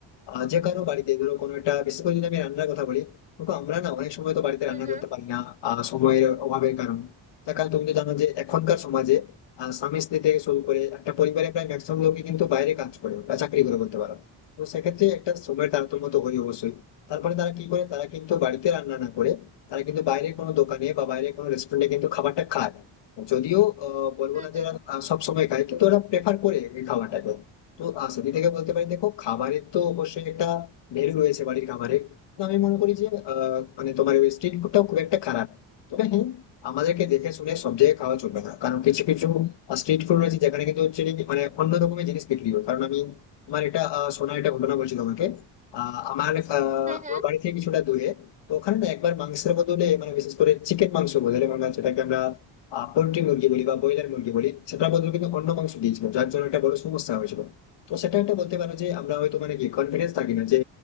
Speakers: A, on the left (about 65°); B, on the right (about 15°).
A: আহ, যে কারো বাড়িতে ধরো কোনো একটা বিশেষ করে যদি আমি রান্নার কথা বলি তো আমরা না অনেক সময় তো বাড়িতে
B: হুম
A: রান্না
B: হুম
A: করতে পারি না আহ, সময়ের অভাবের কারণে তার কারণ তুমি তো জানো যে এখনকার সমাজে আহ, স্বামী স্ত্রী থেকে শুরু করে একটা পরিবারে প্রায় ম্যাক্সিমাম লোকই কিন্তু বাইরে কাজ করে বা চাকরি করে করতে পারে তো সেক্ষেত্রে একটা সময়ের তারতম্য তো হয় অবশ্যই তারপরে তারা কি করে তারা কিন্তু বাড়িতে রান্না না করে তারা কিন্তু বাইরে কোনো দোকানে বা বাইরে কোনো রেস্টুরেন্টে কিন্তু খাবারটা খায় যদিও আহ, বলবো
B: হুম
A: না
B: হুম
A: যে ওরা সব সময় খায় কিন্তু ওরা প্রেফার করে এই খাবারটাকে তো আহ, সেদিক থেকে বলতে পারি দেখো খাবারের তো অবশ্যই একটা ভ্যালু রয়েছে বাড়ির খাবারে তো আমি মনে করি যে আহ, মানে তোমার ওই স্ট্রিট ফুডটাও খুব একটা খারাপ তবে হ্যাঁ আমাদেরকে দেখে শুনে সব জায়গায় খাওয়া চলবে না কারণ কিছু কিছু স্ট্রিট ফুড রয়েছে যেখানে কিন্তু হচ্ছে কি, মানে অন্য রকমের জিনিস বিক্রি হয় কারণ আমি আমার এটা আহ, শোনা এটা ঘটনা বলছি তোমাকে আহ, আমার আহ,
B: হুম হুম
A: আমার বাড়ি থেকে কিছুটা দূরে তো ওখানে না একবার মাংসের বদলে মানে বিশেষ করে চিকেন মাংস বদলে মানে সেটাকে আমরা পোল্ট্রি মুরগি বলি বা ব্রয়লার মুরগি বলি সেটার বদলে কিন্তু অন্য মাংস দিয়েছিল যার জন্য একটা বড় সমস্যা হয়েছিল তো সেটা একটা বলতে পারো যে আমরা হয়তো মানে কি কনফিডেন্স থাকি না যে